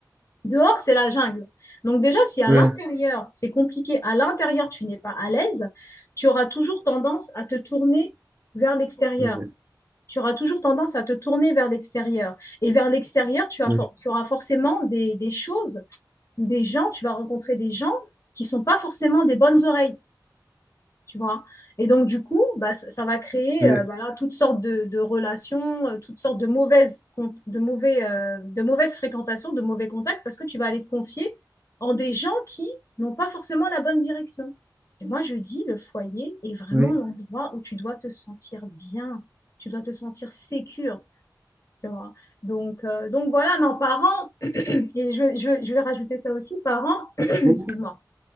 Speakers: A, on the left; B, on the right.
A: Dehors, c'est la jungle. Donc déjà, si à
B: ouais,
A: l'intérieur, c'est compliqué, à l'intérieur, tu n'es pas à l'aise, tu auras toujours tendance à te tourner vers l'extérieur.
B: ouais,
A: Tu auras toujours tendance à te tourner vers l'extérieur. Et vers l'extérieur, tu,
B: ouais,
A: for- tu auras forcément des, des choses, des gens, tu vas rencontrer des gens qui ne sont pas forcément des bonnes oreilles tu vois. Et donc, du coup, bah, ça, ça va créer
B: ouais.
A: euh, voilà, toutes sortes de, de relations, euh, toutes sortes de mauvaises, con- de mauvais, euh, de mauvaises fréquentations, de mauvais contacts, parce que tu vas aller te confier en des gens qui n'ont pas forcément la bonne direction. Et moi, je dis, le foyer est vraiment
B: Oui.
A: l'endroit où tu dois te sentir bien, tu dois te sentir sécure, tu vois. Donc, euh, donc voilà, non, parents, et je, je, je vais rajouter ça aussi, parents, <clears throat> excuse-moi
B: Oui.